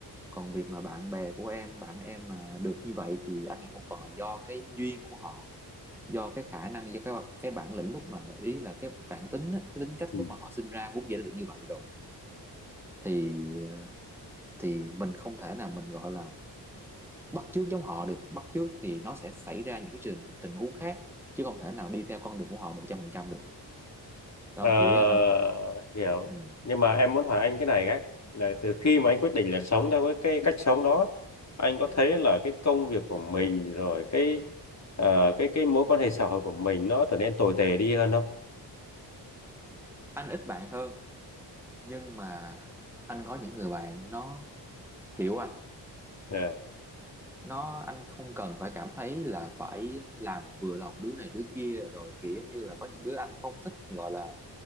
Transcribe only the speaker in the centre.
còn việc mà bạn bè của em bạn em mà được như vậy thì anh nghĩ một phần là do cái duyên của họ do cái khả năng do cái cái bản lĩnh lúc mà ý là cái bản tính á, cái tính cách
lúc mà họ sinh ra vốn dĩ đã được như vậy rồi thì ờ, thì mình không thể nào mình gọi là bắt chước giống họ được bắt chước thì nó sẽ xảy ra những cái trình tình huống khác chứ không thể nào đi theo con đường của họ 100% được đó
hiểu ý anh không
ừ.
anh ít bạn hơn nhưng mà anh có những người bạn nó hiểu anh
nó anh không cần phải cảm thấy là phải làm vừa lòng đứa này đứa kia rồi kiểu giống như là có những đứa anh không thích gọi là